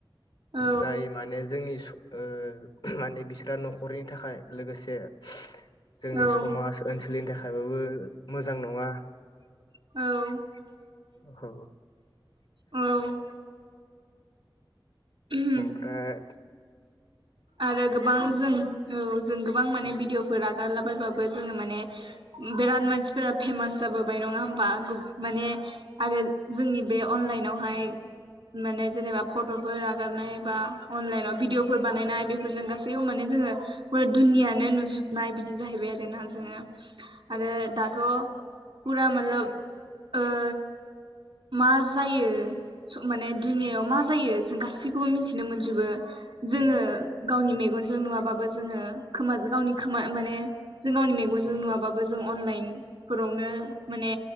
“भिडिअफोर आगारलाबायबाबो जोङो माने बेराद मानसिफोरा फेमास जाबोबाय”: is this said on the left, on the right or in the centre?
Right